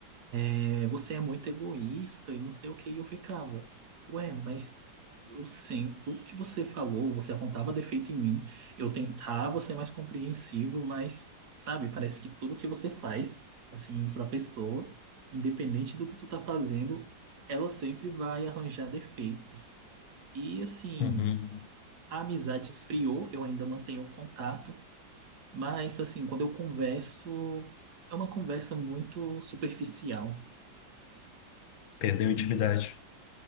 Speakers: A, on the right; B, on the left.
A: é, você é muito egoísta e não sei o que. E eu ficava, ué, mas eu sei tudo que você falou, você apontava defeito em mim, eu tentava ser mais compreensivo, mas, sabe, parece que tudo que você faz, assim, pra pessoa, independente do que tu tá fazendo, ela sempre vai arranjar defeitos. E, assim,
B: Uhum.
A: a amizade esfriou, eu ainda mantenho o contato, mas, assim, quando eu converso, é uma conversa muito superficial.
B: Perdeu a intimidade.